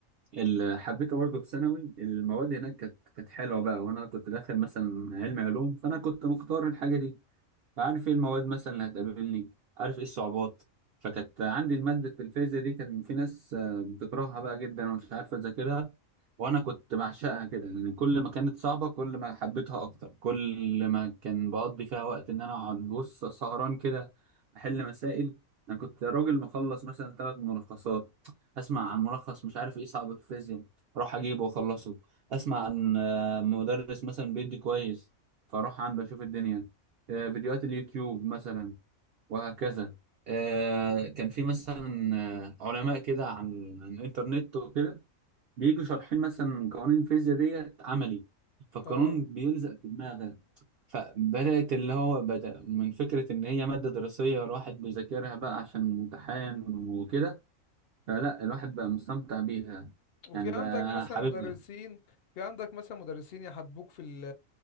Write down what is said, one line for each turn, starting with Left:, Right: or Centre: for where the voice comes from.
Right: اللي حبيته برضه في ثانوي المواد هناك كانت كانت حلوة بقى وأنا كنت داخل مثلا علمي علوم فأنا كنت مختار الحاجة دي عارف ايه المواد مثلا اللي هتقابلني عارف ايه الصعوبات فكانت عندي المادة الفيزياء دي كان في ناس آه، بتكرهها بقى جدا ومش عارفة تذاكرها وانا كنت بعشقها كده يعني كل ما كانت صعبة كل ما حبيتها اكتر كل ما كان بقضي فيها وقت ان انا اقعد بص سهران كده احل مسائل انا كنت راجل مخلص مثلا ثلاث ملخصات اسمع عن ملخص مش عارف ايه صعب في الفيزياء اروح اجيبه واخلصه اسمع عن آه، مدرس مثلا بيدي كويس فاروح عنده اشوف الدنيا آه، فيديوهات اليوتيوب مثلا وهكذا آه، كان في مثلا آه، علماء كده عن عن الانترنت وكده بيجوا شارحين مثلا قوانين الفيزياء ديت عملي فالقانون
Left: اه
Right: بيلزق في دماغك فبدأت اللي هو بدأ من فكرة إن هي مادة دراسية الواحد بيذاكرها بقى عشان امتحان وكده فلا الواحد بقى مستمتع بيها
Left: وفي
Right: يعني
Left: عندك
Right: بقى
Left: مثلا
Right: حاببها
Left: مدرسين في عندك مثلا مدرسين يحبوك في ال